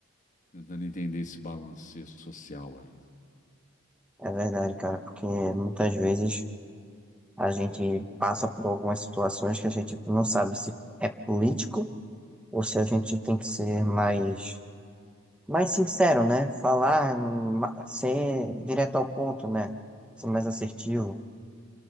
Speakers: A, on the left (about 35°); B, in the centre.
A: tentando entender esse balanço social aí.
B: É verdade, cara, porque muitas vezes a gente passa por algumas situações que a gente não sabe se é político ou se a gente tem que ser mais, mais sincero, né? Falar, ma- ser direto ao ponto, né? Ser mais assertivo.